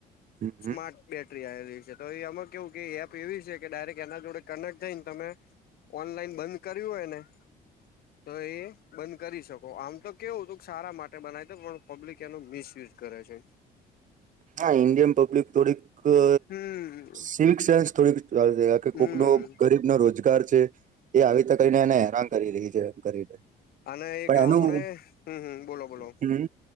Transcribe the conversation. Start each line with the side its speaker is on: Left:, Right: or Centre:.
Right: હમ
Left: સ્માર્ટ બેટરી આવેલી છે તો એ એમાં કેવું કે એપ એવી છે કે ડાયરેક્ટ એના જોડે કનેક્ટ થ‌ઇન. તમે ઓનલાઈન બંધ કર્યું હોય ને.
Right: <inaudible>
Left: તો એ બંધ કરી શકો આમ તો કેવું હતું સારા માટે બનાવી તો પણ પબ્લિક એનો મિસયુઝ કરે છે.
Right: હા ઇન્ડિયન પબ્લિક થોડીક અ
Left: હમ્મ.
Right: સિલ્ક સેન્સ થોડીક.
Left: હમ્મ
Right: કોક નો ગરીબ નો રોજગાર છે એ આવી ત કરીને એને હેરાન. કરી રહી છે પણ
Left: અને એક
Right: એનું
Left: હમણે હમ્મ હમ્મ બોલો બોલો
Right: હમ